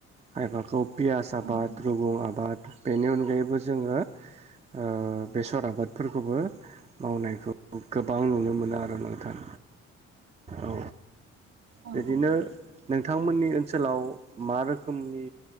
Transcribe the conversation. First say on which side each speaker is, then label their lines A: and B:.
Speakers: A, on the right; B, on the right.
A: खायफाखौ पियास आबाद
B: औ
A: रुगुं आबाद बेनि अनगायैबो जोङो ओ बेसर आबादफोरखौबो मावनायखौ गोबां नुनो मोनो आरो ना नोंथां।
B: <inaudible>
A: औ
B: औ
A: बिदिनो नों थांमोननि ओनसोलाव मा रोखोमनि